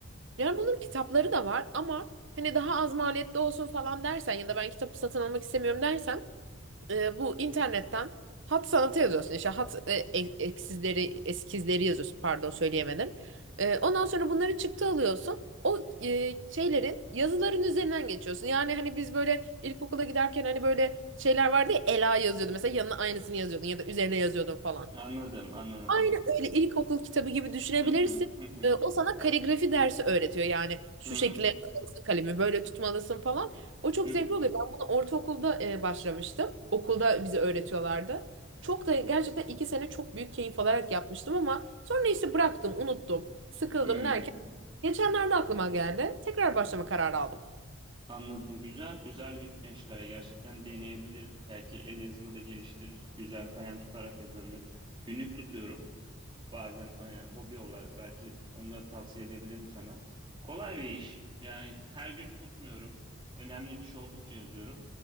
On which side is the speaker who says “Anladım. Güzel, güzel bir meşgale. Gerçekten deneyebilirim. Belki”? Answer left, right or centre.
Right